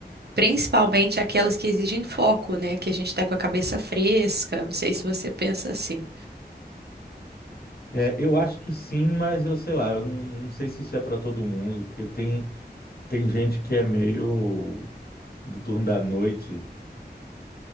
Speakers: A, on the right; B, on the left.
A: Principalmente aquelas que exigem foco, né? Que a gente tá com a cabeça fresca. Não sei se você pensa assim.
B: É, eu acho que sim, mas eu sei lá, eu não, não sei se isso é para todo mundo, porque tem, tem gente que é meio do turno da noite